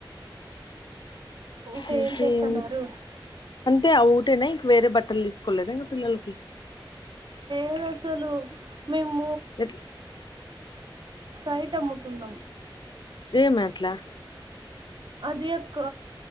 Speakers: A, on the right; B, on the left.
A: ఇంకా
B: ఇంకేం
A: ఏం చేస్తున్నారు
B: అంటే ఆ ఒకటేనా ఇంక వేరే బట్టలు తీసుకోలేద ఇంకా పిల్లలకి
A: లేదు అసలు మేము
B: ఎట్ల్
A: సైట్ అమ్ముతున్నాం
B: ఏమి అట్లా
A: అది అక్క